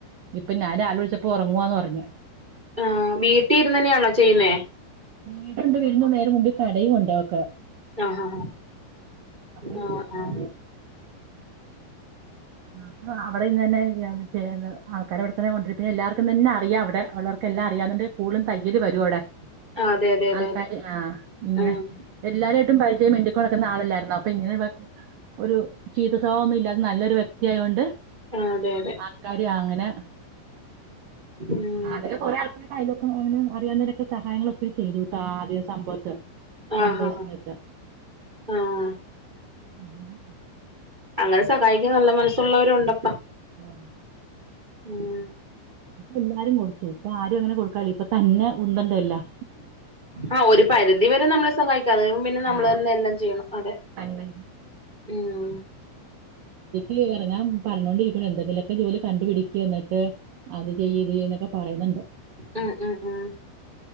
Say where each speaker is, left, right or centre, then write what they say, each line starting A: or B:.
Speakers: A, on the right; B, on the right.
A: ഇപ്പൊ ഞാൻ രാവിലെ വിളിച്ചപ്പോ ഉറങ്ങുവാന്ന് പറഞ്ഞ്
B: ആ വീട്ടിൽ ഇരുന്ന് തന്നെയാണോ ചെയ്യുന്നേ
A: വീടുണ്ട് വരുന്ന നേര മുമ്പ്ൽ കടയും ഉണ്ട് അവക്ക്
B: ആ ഹ ആ
A: അപ്പം
B: ആ ആ ആ
A: അപ്പൊ അവിടെ ഇന്ന് തന്നെ ചെയ്യ ആൾക്കാര് അവിടെ തന്നെ കൊണ്ടരും പിന്നെ എല്ലാവർക്കും തന്നെ അറിയാം അവിടെ ഉള്ളവർക്കെല്ലാം അറിയന്നണ്ട് കൂടുതലും തയ്യല് വരും അവിടെ
B: ആഹ് അതെ അതെ അതെ
A: ആൾക്കാര്
B: അതെ
A: ആഹ് ഇങ്ങനെ
B: ആഹ്
A: എല്ലാരായിട്ടും പരിജ മിണ്ടിക്കൊണ ആള് അല്ലാരുന്നോ അപ്പോ ഇങ്ങനെ ഒരു ചീത്ത സ്വഭാവം ഒന്നും ഇല്ലാതെ നല്ലൊരു വ്യക്തിയായൊണ്ട്
B: ആഹ് അതെ അതെ
A: ആൾക്കാര് അങ്ങനെ
B: ഉം
A: അതില് കൊറെ ആൾക്കാർ സഹായള് ഒത്തിരി ചെയ്തുട്ടാ ആദ്യ സംഭവത്ത്
B: ആഹ്
A: സംഭവ
B: ആഹ്
A: സമയത്ത്
B: ആഹ്
A: അങ്ങനെ
B: അങ്ങനെസകായിക്ക നല്ല മനസ്സുള്ളവരുണ്ട്
A: ആഹ്
B: ഉം
A: എല്ലാരും കൊടുത്തു ഇപ്പ ആരു അങ്ങനെ കൊടുക്കാല്യ ഇപ്പൊ തന്നെ ഉന്തണ്ടെഎല്ലാം
B: ആഹ് ഒരു പരിധി വരെ നമ്മളെ സഹായി ചത്കഴിയുമ്പം പിന്നെ നമ്മള്ന്നെ
A: ആ
B: എല്ലാചെയ്യണം അതെ
A: തന്നെ
B: ഉം
A: ഇ എറങ്ങ പറഞ്ഞോണ്ടിരിക്ക്ണ് എന്തെങ്കിലുക്കെ ജോലി കണ്ടുപിടിക്കന്നിട്ട് അത്ചെയ്യ് ഇത്ചെയ്യ്ന്നൊക്കെ പറയന്ന്ണ്ട്
B: അഹ് അഹ് ആഹ്